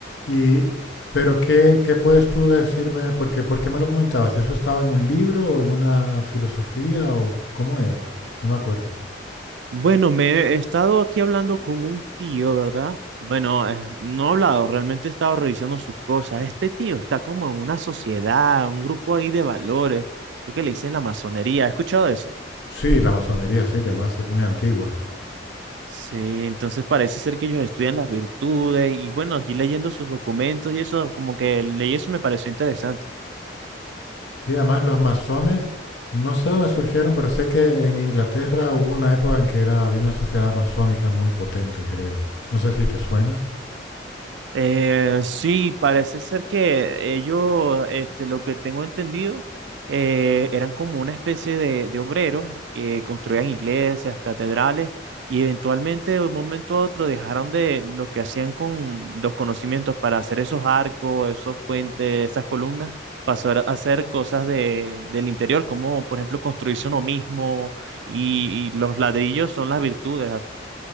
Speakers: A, on the left; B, on the right.
A: Y, pero ¿qué, qué puedes tú decirme? Porque, ¿por qué me lo comentabas? ¿Eso estaba en un libro o en una filosofía o cómo era? No me acuerdo.
B: Bueno, me he estado aquí hablando con un tío, ¿verdad? Bueno, eh, no he hablado, realmente he estado revisando sus cosas. Este tío está como en una sociedad, un grupo ahí de valores, creo que le dicen la masonería, ¿has escuchado eso?
A: Sí, la masonería, sí, que además es muy antigua.
B: Sí, entonces parece ser que ellos estudian las virtudes y bueno, y leyendo sus documentos y eso, como que leí eso y me pareció interesante.
A: Sí, además los masones, no sé dónde surgieron, pero sé que en Inglaterra hubo una época en que era, había una sociedad masónica muy potente, creo. No sé si te suena.
B: Eh, sí, parece ser que ellos, este, lo que tengo entendido, eh, eran como una especie de, de obreros que construían iglesias, catedrales, y eventualmente de un momento a otro dejaron de lo que hacían con los conocimientos para hacer esos arcos, esos puentes, esas columnas, pasó a hacer cosas de, del interior, como por ejemplo construirse uno mismo, y, y los ladrillos son las virtudes.